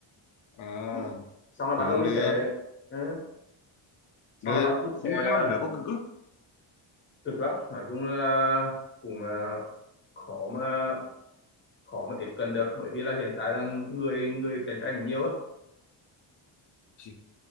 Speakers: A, on the left; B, on the left.
A: À,
B: xong là, xong là bắt
A: được,
B: đầu mình
A: được.
B: sẽ ừ, xong
A: Được,
B: là bắt đầu mình sẽ
A: nhưng mà làm
B: ờ,
A: rồi có cực á.
B: cực lắm nói chung là cũng ờ, khó mà khó mà tiếp cận được bởi vì là hiện tại là người người cạnh tranh nhiều á
A: Gì?